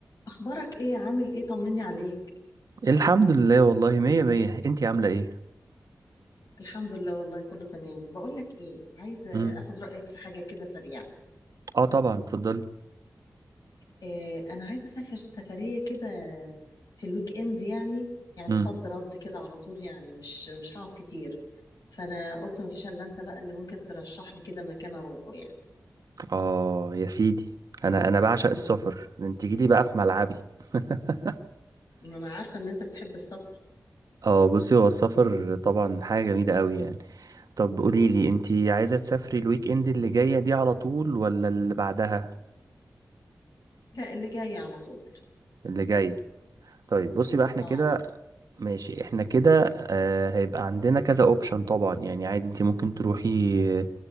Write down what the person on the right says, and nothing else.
الحمد لله والله مية مية انتي عاملة ايه؟
مم.
اه طبعا اتفضلي
مم.
اه يا سيدي انا انا بعشق السفر انتي جيتي بقى في ملعبي <laughs>
اه بصي هو السفر طبعا حاجة جميلة قوي يعني طب قولي لي انتي عايزة تسافري الويك اند اللي جاية دي على طول ولا اللي بعدها
اللي جاي طيب بصي بقى احنا
كده ماشي احنا كده آه هيبقى عندنا كذا اوبشن طبعا يعني عادي انتي ممكن تروحي آه،